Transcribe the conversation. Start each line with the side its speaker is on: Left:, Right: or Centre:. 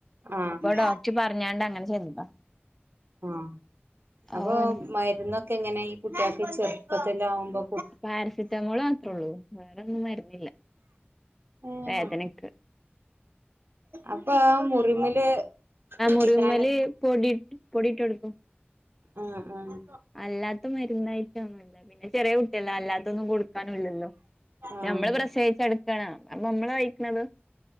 Right: ആഹ്
Centre: അപ്പൊ ഡോക്ടർ പറഞ്ഞാണ്ട് അങ്ങനെ ചെയ്തതാ
Right: ആഹ് അപ്പൊ
Centre: ഓൻ
Right: മരുന്നൊക്കെ എങ്ങനെ ഈ കുട്ടികൾക്ക് ചെറുപ്പത്തില് ആവുമ്പോ
Centre: പാരസിറ്റമോൾ മാത്രേള്ളൂ വേറൊന്നും മരുന്നില്ല
Right: ഏഹ്
Centre: വേദനക്ക്
Right: അപ്പൊ ആ മുറിമില്
Centre: ആ
Right: കുത്തിക്കാന്
Centre: മുറീമല് പൊടി പൊടിട്ട് കൊടുക്കും
Right: ആഹ് ആഹ്
Centre: അല്ലാത്ത മരുന്നയിറ്റം ഒന്നുല്ല പിന്നെ ചെറിയ കുട്ടിയല്ലെ അല്ലാത്തൊന്നും കൊടുക്കാനും ഇല്ലല്ലോ
Right: ആഹ്
Centre: നമ്മള് പ്രസവിച്ച് കട ക്കാണ് അപ്പൊ നമ്മള് കയിക്കണത്